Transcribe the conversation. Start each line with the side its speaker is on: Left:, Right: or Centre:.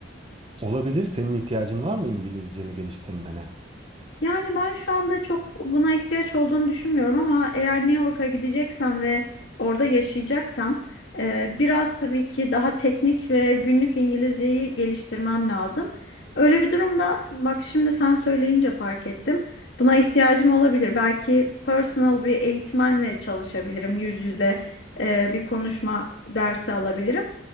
Right: Olabilir. Senin ihtiyacın var mı İngilizceni geliştirmene?
Left: Yani ben şu anda çok buna ihtiyaç olduğunu düşünmüyorum ama eğer New York'a gideceksem ve orada yaşayacaksam e, biraz tabii ki daha teknik ve günlük İngilizceyi geliştirmem lazım. Öyle bir durumda bak şimdi sen söyleyince fark ettim. Buna ihtiyacım olabilir. Belki personal bir eğitmenle çalışabilirim. Yüz yüze e, bir konuşma dersi alabilirim.